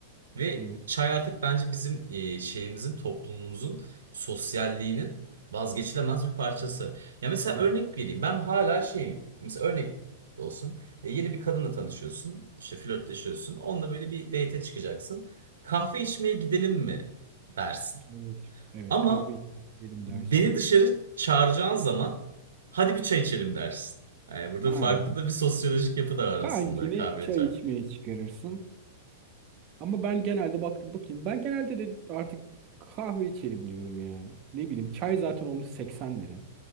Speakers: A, on the right (about 85°); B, on the right (about 40°).
A: Ve
B: Evet.
A: çay artık bence bizim e, şeyimizin toplumumuzun sosyalliğinin vazgeçilemez bir parçası. Ya mesela
B: Tabii
A: örnek
B: ki.
A: vereyim. Ben hala şeyim. Mesela örnek olsun. E, yeni bir kadınla tanışıyorsun. İşte flörtleşiyorsun. Onunla böyle bir date'e çıkacaksın. Kahve içmeye gidelim mi dersin.
B: Evet. Evet.
A: Ama
B: Kahve içelim dersin.
A: Beni dışarı çağıracağın zaman hadi bir çay içelim dersin. Yani burada
B: Aynen.
A: farklı da bir sosyolojik yapı da var aslında
B: Kankini
A: kahve
B: çay
A: çay.
B: içmeye çıkarırsın. Ama ben genelde baktım bakayım. Ben genelde de artık kahve içelim diyorum ya. Ne bileyim çay zaten olmuş 80 lira